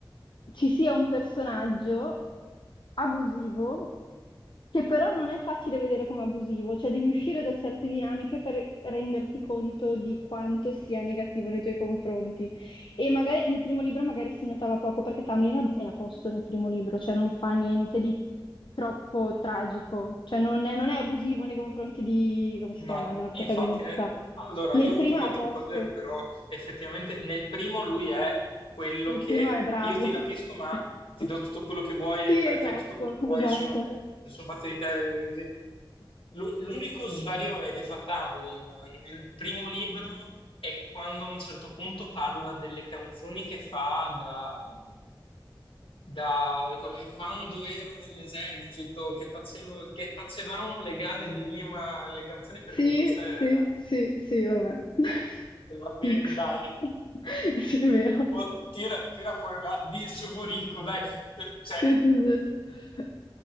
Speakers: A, on the left (about 65°); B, on the left (about 80°).
A: ci sia un personaggio abusivo, che però non è facile vedere come abusivo, cioè devi uscire da certe dinamiche per renderti conto di quanto sia negativo nei tuoi confronti. E magari nel primo libro magari si notava poco perché Tamlin è a posto nel primo libro, cioè non fa niente di troppo tragico, cioè non è, non è abusivo nei confronti di, come si
B: No,
A: chiama, della protagonista.
B: e infatti, nel- allora
A: Nel
B: io ho
A: primo
B: avuto
A: è
B: qualche
A: a posto,
B: spoiler, però effettivamente nel primo lui è quello
A: nel
B: che
A: primo è bravo.
B: io ti rapisco, ma
A: <laughs>
B: ti do tutto quello che vuoi
A: Sì,
B: e fai,
A: esatto,
B: fai tutto quello che vuoi,
A: esatto.
B: sono sono fatte di te. sì. L'u- L'unico svarione che fa Tamlin nel primo libro è quando a un certo punto parla delle canzoni che fa da, da come quando ero nell'esercito, che, facevo, che facevamo le gare di rima alle canzoni per
A: Sì,
B: conquistare le
A: sì,
B: ragazze.
A: sì, sì, vabbè. <laughs>
B: E Vabbè,
A: X.
B: dai,
A: <laughs> Sì, è vero.
B: Oh, tira, tira fuori la di sono ricco, dai, cioè,
A: Sì, sì, sì.